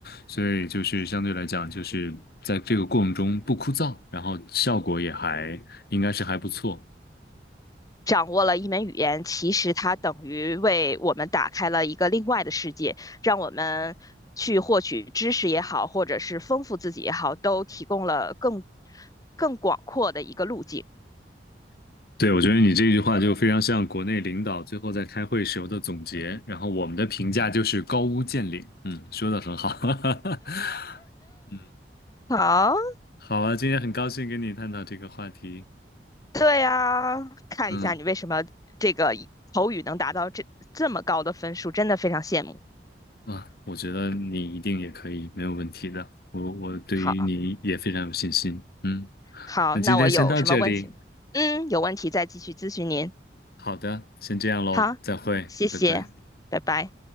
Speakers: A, on the left; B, on the left.
A: 所以就是相对来讲，就是在这个过程中不枯燥，然后效果也还应该是还不错。
B: 掌握了一门语言，其实它等于为我们打开了一个另外的世界，让我们去获取知识也好，或者是丰富自己也好，都提供了更更广阔的一个路径。
A: 对，我觉得你这句话就非常像国内领导最后在开会时候的总结，然后我们的评价就是高屋建瓴。嗯，说的很好。<laughs> 嗯。
B: 好，
A: 好啊，今天很高兴跟你探讨这个话题。
B: 对呀，看一下你为什么这个口语能达到这这么高的分数，
A: 嗯
B: 真的非常羡慕。
A: 啊，我觉得你一定也可以，没有问题的。我我对于你也非常有信心。
B: 好，
A: 嗯，
B: 好，
A: 那今天先到这里。
B: 那我有什么问题？嗯，有问题再继续咨询您。
A: 好的，先这样喽，
B: 好，
A: 再会，
B: 谢谢，
A: 拜拜。
B: 拜拜。